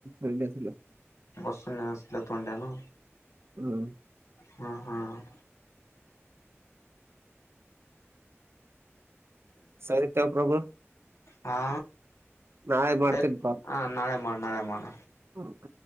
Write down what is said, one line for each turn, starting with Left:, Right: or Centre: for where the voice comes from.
Right: ರೆಡಿ
Left: ಬಸಸಿಲ್ಲ ತುಡಂಡನು
Right: ಹ್ಮ
Left: ಹ್ಮ್ ಹ್ಮ್
Right: ಸರಿ ತಗೋ ಪ್ರಭು
Left: ಹಾ
Right: ನಾಳೆ ಮಾಡ್ತೀನಿ
Left: ಸರಿ ಹ ನಾಳೆ ಮಾಡ ನಾಳೆ ಮಾಡಣ
Right: ಹೌಕ